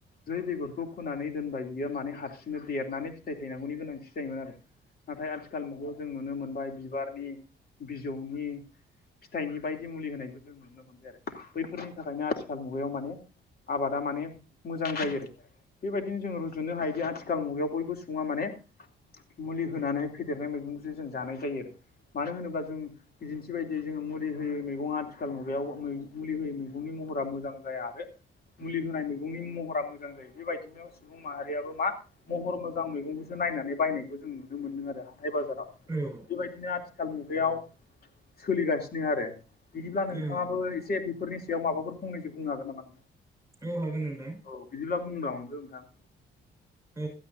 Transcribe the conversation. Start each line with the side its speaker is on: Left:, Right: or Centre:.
Left: जै बेगरखौ फोनानै दोनबाय बियो माने हारसिंनो देरनानै फिथाइ थायनांगौनि गोनांथि जायोमोन आरो। नाथाय आथिखाल मुगायाव जों नुनो मोनबाय बिबारनि बिजौनि फिथाइनि बायदि मुलि होनायखौ जों नुनो मोनबाय आरो। बैफोरनि थाखायनो आथिखाल मुगायाव माने आबादा माने मोजां जायो आरो। बेबायदिनो जों रुजुनो हायोदि आथिखाल मुगायाव बयबो सुबुङा माने मुलि होनानै फेदेरनाय मैगंजों जों जानाय जायो आरो। मानो होनोब्ला जों बिदिन्थि बायदियै जोङो मुलि होयो मैगङा आथिखाल मुगायाव मै मुलि होयै मैगंनि महरा मोजां जाया आरो मुलि होनाय मैगंनि महरा मोजां जायो। बेबायदिनो सुबुं माहारियाबो मा महर मोजां मैगंखौसो नायनानै बायनायखौ जों नुनो मोनो आरो हाथाय बाजाराव।
Right: औ
Left: बेबायदिनो आथिखाल आथिखाल मुगायाव सोलिगासिनो आरो। बिदिब्ला
Right: औ
Left: नोंथाङाबो एसे बेफोरनि सायाव माबाफोर फंनसजों बुं हागोन नामा‍?
Right: औ हागोन नोंथां।
Left: औ बिदिब्ला बुंना हरदो नोंथां।
Right: औ